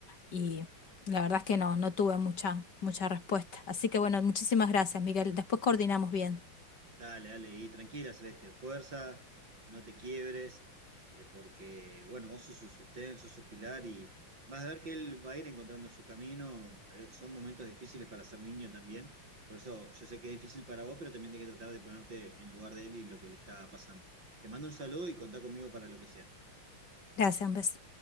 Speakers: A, on the left; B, on the right.
A: y la verdad es que no, no tuve mucha, mucha respuesta. Así que bueno, muchísimas gracias, Miguel. Después coordinamos bien.
B: Dale, dale, y tranquila, Celeste, fuerza, no te quiebres, eh, porque, bueno, vos sos su sostén, sos su pilar y vas a ver que él va a ir encontrando su camino. eh, son momentos difíciles para ser niño también, por eso yo sé que es difícil para vos, pero también tenés que tratar de ponerte en lugar de él y lo que le está pasando. Te mando un saludo y contá conmigo para lo que sea.
A: Gracias, un beso.